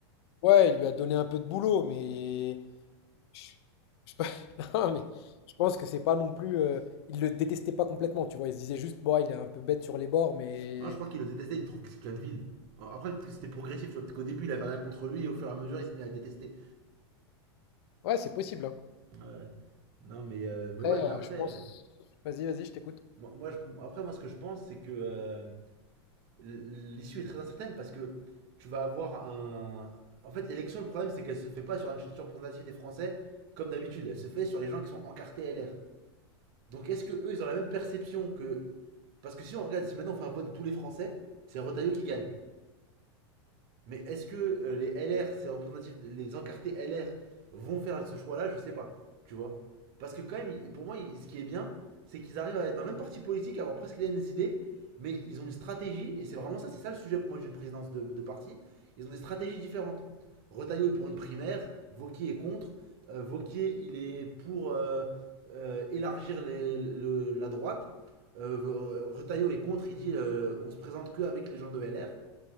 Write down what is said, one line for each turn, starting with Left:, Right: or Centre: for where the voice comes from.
Left: ouais, il lui a donné un peu de boulot, mais Je, je pe- <laughs> non, mais je pense que c'est pas non plus. euh, il le détestait pas complètement, tu vois. Il se disait juste, bon, ah, il est un peu bête sur les bords, mais.
Right: Non, je crois qu'il le détestait, il trouve que c'est qu'une ville. Après, peut-être que c'était progressif, tu vois, peut-être qu'au début, il avait rien contre lui, et au fur et à mesure, il s'est mis à le détester.
Left: Ouais, c'est possible. hein.
Right: Ouais. Non, mais, euh, mais
Left: Après,
Right: ouais, mais
Left: euh,
Right: après,
Left: je pense.
Right: euh,
Left: Vas-y, vas-y, je t'écoute.
Right: moi, moi, je- après, moi, ce que je pense, c'est que euh, l'issue est très incertaine parce que tu vas avoir un. En fait, l'élection, le problème, c'est qu'elle se fait pas sur une chanson représentative des Français comme d'habitude. Elle se fait sur les gens qui sont encartés LR. Donc, est-ce que eux, ils ont la même perception que. Parce que si on regarde, si maintenant on fait un vote de tous les Français, c'est Retailleau qui gagne. Mais est-ce que euh, les LR, ces représentatifs, les encartés LR vont faire ce choix-là Je sais pas. Tu vois Parce que quand même, pour moi, ce qui est bien, c'est qu'ils arrivent à être dans le même parti politique, à avoir presque les mêmes idées, mais ils ont une stratégie, et c'est vraiment ça, c'est ça le sujet pour moi d'une présidence de, de parti. Ils ont des stratégies différentes. Retailleau est pour une primaire, Vauquier est contre, euh, Vauquier, il est pour euh, euh, élargir les- le- la droite. Euh, Retailleau est contre, il dit euh, on se présente que avec les gens de LR.